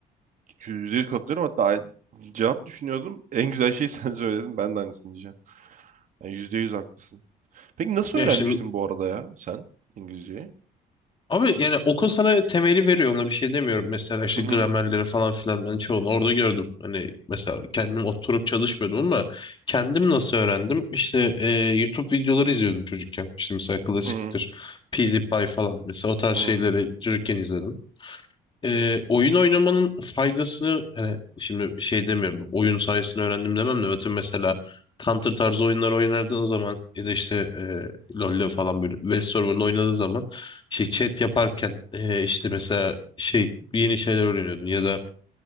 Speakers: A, on the right; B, on the left.
A: %100 katılıyorum. Hatta cevap düşünüyordum. En güzel şeyi <laughs> sen söyledin. Ben de aynısını diyeceğim. Yani %100 haklısın. Peki nasıl
B: ya
A: öğrenmiştin
B: işte
A: bu arada ya sen İngilizceyi?
B: Abi yani okul sana temeli veriyor ona bir şey demiyorum. Mesela işte
A: Hı hı.
B: gramerleri falan filan ben çoğunu orada gördüm. Hani mesela kendim oturup çalışmıyordum ama kendim nasıl öğrendim? İşte e, YouTube videoları izliyordum çocukken. İşte mesela klasiktir
A: Hı hı.
B: PewDiePie falan mesela o tarz
A: Hı
B: şeyleri
A: hı.
B: çocukken izledim. Ee, oyun oynamanın faydası hani şimdi şey demiyorum oyun sayesinde öğrendim demem de atıyorum mesela Counter tarzı oyunlar oynadığın zaman ya da işte e, LoL'le falan böyle Westerworld oynadığın zaman şey chat yaparken e, işte mesela şey yeni şeyler öğreniyordun ya da